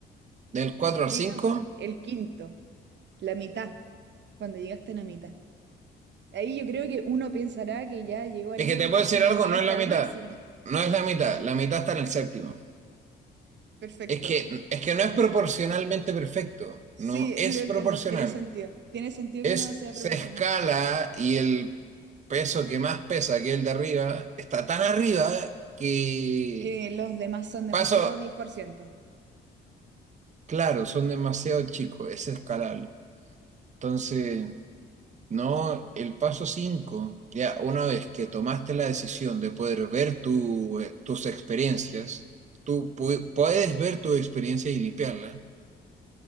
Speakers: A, on the right; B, on the right.
A: Del 4
B: me intriga
A: al cinco
B: mu- el quinto, la mitad, cuando llegaste a la mitad. Ahí yo creo que uno pensará que ya llegó al
A: es
B: límite,
A: que te puedo
B: así
A: decir algo,
B: llegaste
A: no es la
B: al
A: mitad.
B: máximo.
A: No es la mitad, la mitad está en el séptimo.
B: Perfecto.
A: Es que, es que no es proporcionalmente perfecto,
B: Sí,
A: no es
B: lo entiendo,
A: proporcional.
B: tiene sentido. Tiene sentido
A: Es,
B: que no sea
A: se
B: proporcional,
A: escala y el peso que más pesa, que el de arriba, está tan arriba que
B: que los demás son demasiado
A: paso,
B: diez por ciento.
A: claro, son demasiado chicos, es escalable. Entonces, no, el paso 5 ya una vez que tomaste la decisión de poder ver tu, eh, tus experiencias, tú pu- puedes ver tu experiencia y limpiarla,